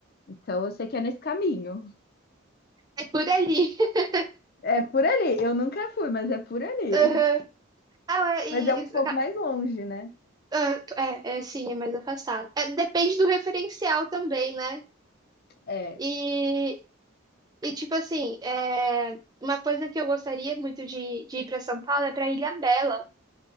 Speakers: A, on the left; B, on the right.
A: Então eu sei que é nesse caminho.
B: É por ali. <laughs>
A: É por ali. Eu nunca fui, mas é por ali.
B: Aham. Ah, é, e,
A: Mas é um
B: e-
A: pouco
B: ca-
A: mais longe, né?
B: ah, tu- é, é, sim, é mais afastado. É, depende do referencial também, né?
A: É.
B: E, e tipo assim, é, uma coisa que eu gostaria muito de, de ir pra São Paulo é pra Ilhabela.